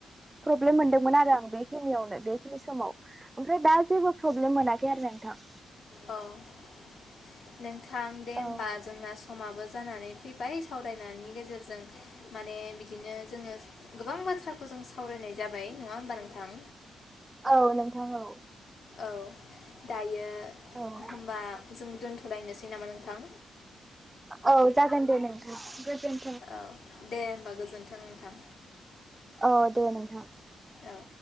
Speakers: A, on the right; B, on the left.
A: प्रब्लेम मोनदोंमोन आरो आं बेखिनिवानो बेखिनि समाव ओमफ्राय दा जेबो प्रब्लेम मोनाखै आरो नोंथां
B: औ नोंथां दे होमबा
A: औ
B: जोंना समाबो जानानै फैबाय दायो सावरायनायनि गेजेरजों माने बिदिनो जोङो गोबां बाथ्राखौ जों सावरायनाय जाबाय नङा होमबा नोंथां
A: औ नोंथां औ
B: औ दायो
A: औ
B: होमबा जों दोन्थ'लायनोसै नामा नोंथां
A: औ जागोन दे नोंथां गोजोन
B: औ दे होमबा गोजोन्थों नोंथां
A: औ दे नोंथां
B: औ